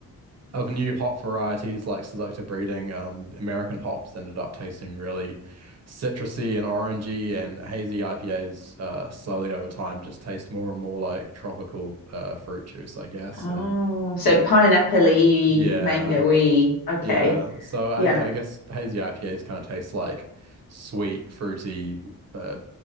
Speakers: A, on the right; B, on the left.
A: of new hop varieties like selective breeding, um, American hops ended up tasting really citrusy and orangey, and hazy IPAs uh, slowly over time just taste more and more like tropical uh, fruit juice, I guess.
B: Oh,
A: And
B: so pineapple-y,
A: yeah,
B: mango-y. Okay.
A: yeah. So I,
B: Yeah.
A: I guess hazy IPAs kind of taste like sweet, fruity uh,